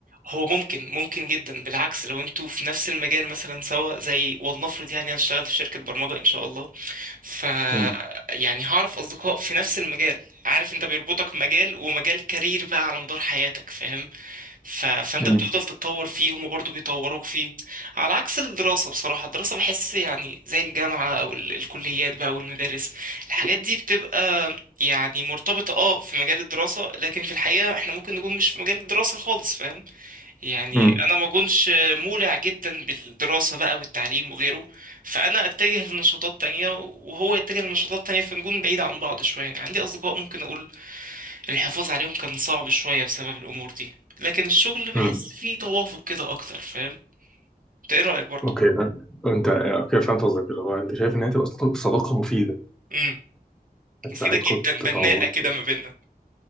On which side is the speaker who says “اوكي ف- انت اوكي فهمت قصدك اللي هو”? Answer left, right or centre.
Centre